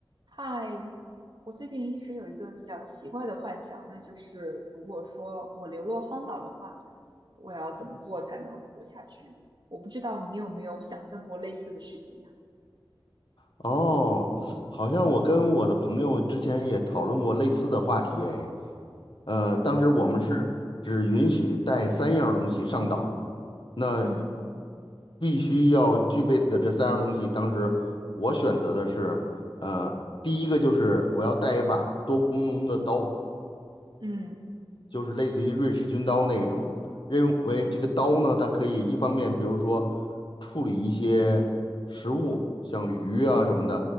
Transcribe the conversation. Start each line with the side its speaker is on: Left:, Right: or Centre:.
Right: 嗨，我最近一直有一个比较奇怪的幻想，那就是如果说我流落荒岛的话，我要怎么做才能活下去？我不知道你有没有想象过类似的事情呀？
Left: 哦，好像我跟我的朋友之前也讨论过类似的话题，哎，呃，
Right: 嗯
Left: 当时我们是只允许带三样儿东西上岛，那
Right: 嗯
Left: 必须要具备的这三样儿东西，当时我选择的是，呃，第一个就是我要带一把多功能的刀，
Right: 嗯
Left: 就是类似于瑞士军刀那一种，认为这个刀呢，
Right: 嗯
Left: 它可以一方面，比如说处理一些食物，像鱼啊什么的；